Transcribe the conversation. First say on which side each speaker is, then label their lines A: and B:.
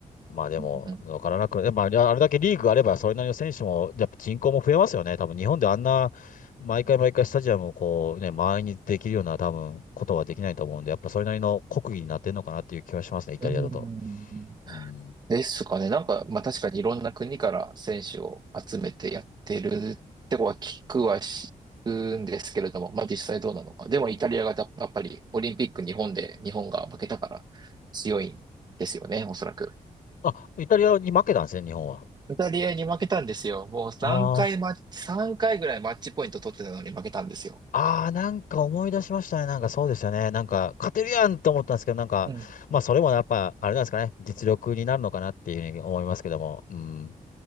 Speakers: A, on the left (about 85°); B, on the right (about 30°).
A: まあでも、
B: うんうん。
A: わからなく、でもあれあれだけリーグがあれば、それなりの選手も、やっぱ人口も増えますよね。多分日本であんな、毎回毎回スタジアムをこうね、満員にできるような多分ことはできないと思うんで、やっぱそれなりの国技になってるのかなっていう気はしますね、イタリアだと。
B: うん。
A: うん。
B: ですかね。なんか、まあ確かにいろんな国から選手を集めてやってるってことは聞くは聞くんですけれども、まあ実際どうなのか。でもイタリアがだやっぱりオリンピック日本で日本が負けたから強いんですよね、おそらく。
A: あ、イタリアに負けたんですね、日本は。
B: イタリアに負けたんですよ。もう3回マッチ、
A: あー
B: 3回ぐらいマッチポイント取ってたのに負けたんですよ。
A: あー、なんか思い出しましたね。なんかそうですよね。なんか勝てるやんって思ったんですけど、なんか、
B: うん。
A: まあそれもやっぱ、あれなんですかね、実力になるのかなっていうふうに思いますけども。うん。